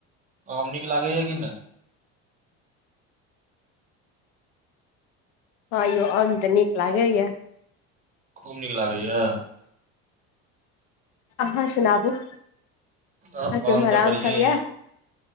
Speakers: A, on the right; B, on the left.
A: आम नीक लागैया कि नहि?
B: हँ यौ आम तऽ नीक लागैया।
A: खूब नीक लागैया।
B: अहाँ सुनाबू अहाँ
A: अपन
B: के उम्हर
A: तऽ
B: आम
A: बढ़िये
B: सब या?
A: ये